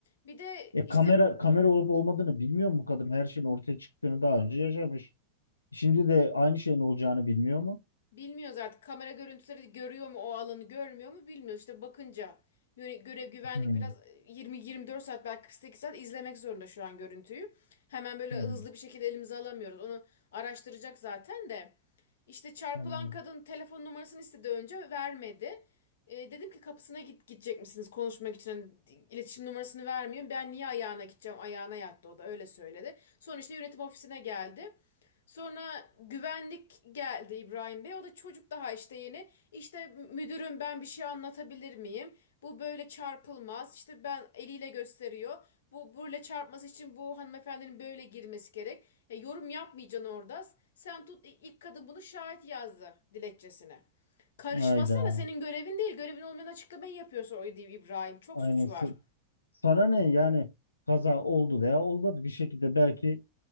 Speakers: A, on the left; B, on the left.
A: Bir de
B: E
A: işte
B: kamera kamera olup olmadığını bilmiyor mu kadın? Her şeyin ortaya çıktığını daha önce yaşamış. Şimdi de aynı şeyin olacağını bilmiyor mu?
A: Bilmiyoruz artık kamera görüntüleri görüyor mu o alanı görmüyor mu bilmiyoruz. İşte bakınca yöne- göre güvenlik
B: Hmm,
A: biraz 20-24 saat belki 48 saat izlemek zorunda şu an görüntüyü. Hemen böyle
B: hmm,
A: hızlı bir şekilde elimize alamıyoruz. Onu araştıracak zaten de. İşte çarpılan
B: anladım.
A: kadın telefon numarasını istedi önce vermedi. E, dedim ki kapısına git gidecek misiniz konuşmak için Hani iletişim numarasını vermiyor. Ben niye ayağına gideceğim? Ayağına yattı o da öyle söyledi. Sonra işte yönetim ofisine geldi. Sonra güvenlik geldi İbrahim Bey. O da çocuk daha işte yeni. İşte müdürüm ben bir şey anlatabilir miyim? Bu böyle çarpılmaz. İşte ben eliyle gösteriyor. Bu böyle çarpması için bu hanımefendinin böyle girmesi gerek. E, yorum yapmayacaksın orada. Sen tut ilk kadın bunu şahit yazdı dilekçesine. Karışmasana
B: Hayda.
A: senin görevin değil. Görevin olmayan açıklamayı yapıyorsun o İbrahim. Çok
B: Aynen.
A: suç
B: Sa-
A: var.
B: Sana ne yani kaza oldu veya olmadı bir şekilde belki